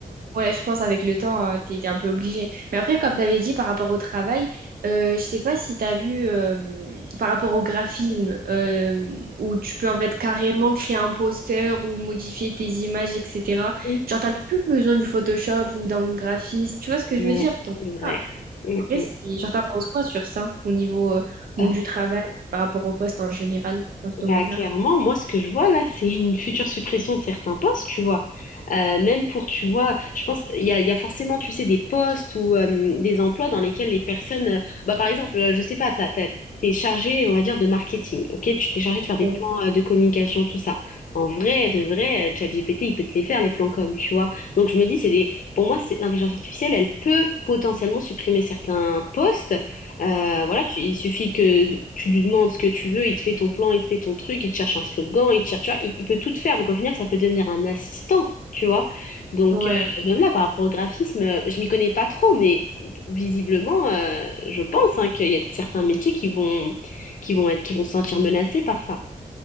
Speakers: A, on the right (about 80°); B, on the left (about 60°).
A: Ouais, je pense avec le temps, euh, t'es, t'es un peu obligé. Mais après, comme t'avais dit par rapport au travail, euh, je sais pas si t'as vu euh, par rapport au graphisme euh, où tu peux en fait carrément créer un poster ou modifier tes images, etc.
B: Oui.
A: Genre, t'as plus besoin du Photoshop ou d'un graphiste. Tu vois ce que
B: Ouais,
A: je veux dire? Donc,
B: c'est vrai.
A: ah,
B: <laughs> Mm,
A: après,
B: mm.
A: c'est- genre, t'en penses quoi sur ça au niveau euh, monde
B: Euh,
A: du travail par rapport au poste en général dans ce domaine-là?
B: Bah, clairement, moi, ce que je vois là, c'est une future suppression de certains postes, tu vois. Euh, même pour, tu vois, je pense, il y a, il y a forcément, tu sais, des postes ou euh, des emplois dans lesquels les personnes, euh, bah, par exemple, euh, je sais pas, t'as, t'as- t'es chargé, on va dire, de marketing, ok? Tu t'es chargé de faire des
A: Ouais.
B: plans euh, de communication, tout ça. En vrai, de vrai, euh, ChatGPT, il peut te les faire, les plans com, tu vois. Donc, je me dis, c'est des, pour moi, c'est l'intelligence artificielle, elle peut potentiellement supprimer certains postes. Euh, voilà, tu- il suffit que tu lui demandes ce que tu veux, il te fait ton plan, il te fait ton truc, il te cherche un slogan, il te cherche, tu vois, il, il peut tout te faire. Donc au final, ça peut devenir un assistant, tu vois. Donc
A: Ouais.
B: euh, même là, par rapport au graphisme, euh, je m'y connais pas trop, mais visiblement, euh, je pense hein, qu'il y a certains métiers qui vont, qui vont être, qui vont se sentir menacés par ça.